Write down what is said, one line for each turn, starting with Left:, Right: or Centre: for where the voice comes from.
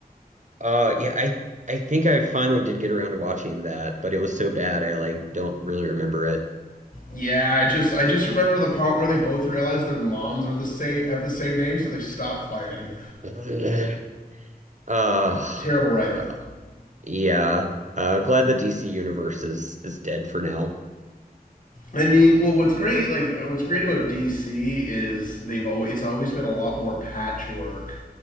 Right: uh yeah, I I think I finally did get around to watching that, but it was so bad I like don't really remember it.
Left: Yeah, I just I just remember the part where they both realize their moms are the same have the same name, so they stop fighting.
Right: <laughs> Uh,
Left: Terrible writing.
Right: uh yeah. Uh glad the DC universe is is dead for now.
Left: I mean, well, what's great like what's great about DC is they've always it's always been a lot more patchwork,